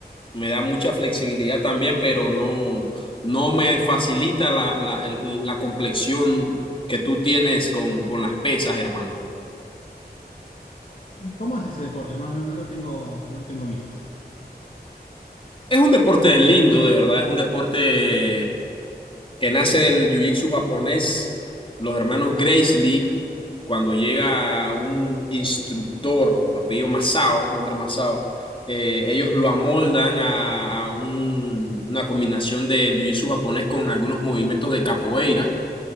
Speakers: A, on the left; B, on the left.
A: Me da mucha flexibilidad también, pero no, no me facilita la, la, el- la complexión que tú tienes con, con las pesas, hermano.
B: ¿Cómo es ese deporte? No, no, no lo tengo, no lo tengo visto.
A: Es un deporte lindo, de verdad. Es un deporte que nace del Jiu-Jitsu japonés. Los hermanos Gracie Lee. cuando llega un instructor, apellido Masao, nombre Masao, eh, ellos lo amoldan a, a un- una combinación del jiu-jitsu japonés con algunos movimientos de capoeira.